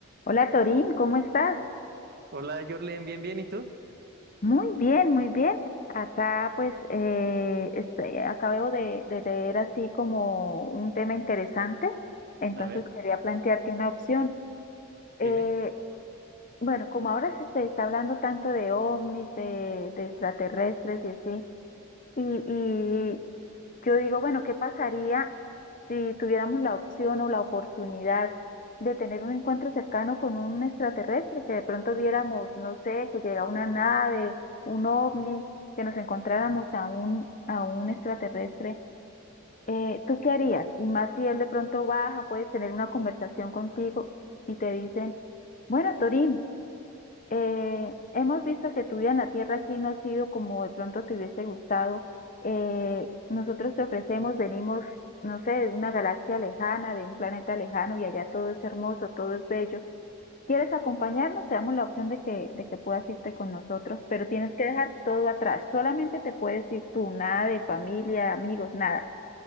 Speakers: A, on the left; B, on the right.
A: Hola Torín, ¿cómo estás?
B: Hola, Jorlen, bien, bien, ¿y tú?
A: Muy bien, muy bien. Acá pues eh, estoy- acabo de, de leer así como un tema interesante, entonces
B: A ver,
A: quería plantearte una opción. Eh,
B: dime.
A: bueno, como ahora se se está hablando tanto de ovnis, de, de extraterrestres y así, y, y yo digo, bueno, ¿qué pasaría si tuviéramos la opción o la oportunidad de tener un encuentro cercano con un extraterrestre, que de pronto viéramos, no sé, que llega una nave, un ovni, que nos encontráramos a un, a un extraterrestre, eh, ¿tú qué harías? Y más si él de pronto baja, puedes tener una conversación contigo y te dicen, bueno, Torín, eh, hemos visto que tu vida en la tierra aquí no ha sido como de pronto te hubiese gustado. Eh, nosotros te ofrecemos, venimos, no sé, de una galaxia lejana, de un planeta lejano y allá todo es hermoso, todo es bello. ¿Quieres acompañarnos? Te damos la opción de que, de que puedas irte con nosotros, pero tienes que dejar todo atrás. Solamente te puedes ir tú, nada de familia, amigos, nada.